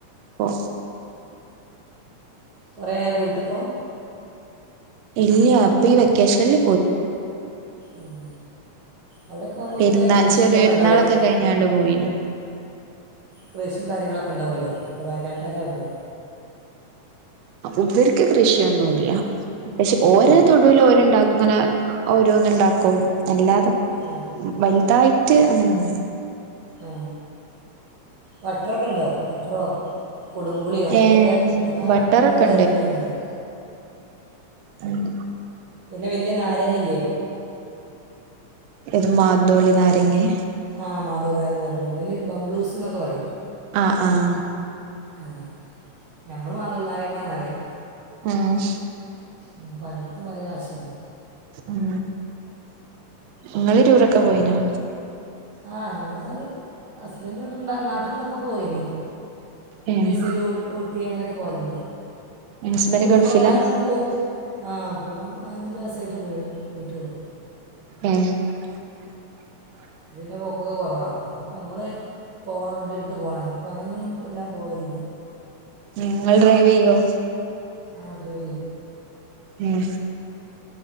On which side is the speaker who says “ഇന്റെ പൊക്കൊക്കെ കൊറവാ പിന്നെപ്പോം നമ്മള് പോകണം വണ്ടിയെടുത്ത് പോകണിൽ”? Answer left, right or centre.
Right